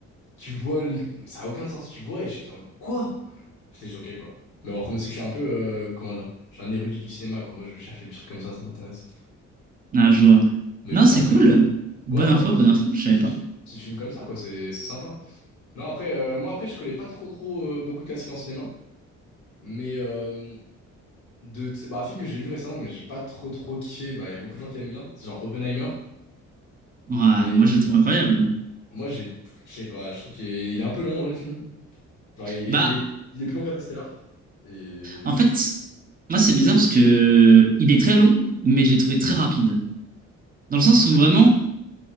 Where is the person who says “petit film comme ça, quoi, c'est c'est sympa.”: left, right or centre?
Left